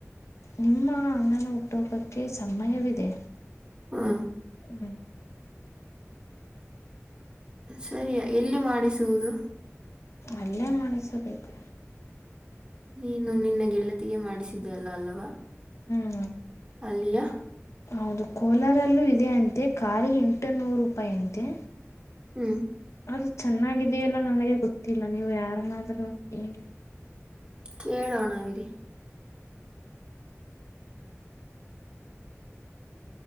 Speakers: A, on the left (about 70°); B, on the right (about 20°).
A: ನಿಮ್ಮ ಅಣ್ಣನ ಹುಟ್ಟೊಬ್ಬಕ್ಕೆ ಸಮಯವಿದೆ
B: ಹಾ
A: ಹ್ಮ್
B: ಸರಿಯ ಎಲ್ಲಿ ಮಾಡಿಸುವುದು
A: ಒಲ್ಲೆ ಮಾಡಸಬೇಕು
B: ನೀನು ನಿನ್ನ ಗೆಳತಿಗೆ ಮಾಡಿಸಿದ್ದ ಅಲ್ಲ ಅಲ್ಲವಾ
A: ಹ್ಮ್
B: ಅಲ್ಲಿಯಾ
A: ಹೌದು ಕೋಲಾರಲ್ಲೂ ಇ ಇ ಅಂತೆ ಖಾಲ ಎಂಟು ನೂರು ರೂಪಾಯಿ ಅಂತೆ
B: ಹ್ಮ್
A: ಅದು ಚೆನ್ನಾಗಿದೆಯಲ್ಲ ನನಗೆ ಗೊತ್ತಿಲ್ಲ ನೀವು ಯಾರನಾದ್ರೂ ಹೇಗೆ
B: ಕೇಳೋಣ ವಿರಿ
A: ಹ್ಮ್